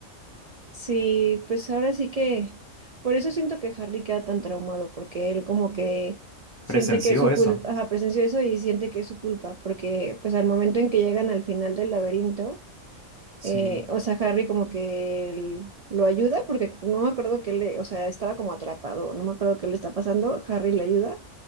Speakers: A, on the right; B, on the left.
A: Sí, pues ahora sí que, por eso siento que Harry queda tan traumado, porque él como que siente
B: presenció
A: que es su
B: eso.
A: culpa, ajá, presenció eso y siente que es su culpa, porque pues al momento en que llegan al final del laberinto,
B: Sí,
A: eh, o sea, Harry como que él lo ayuda porque no me acuerdo que le, o sea, estaba como atrapado, no me acuerdo qué le está pasando, Harry le ayuda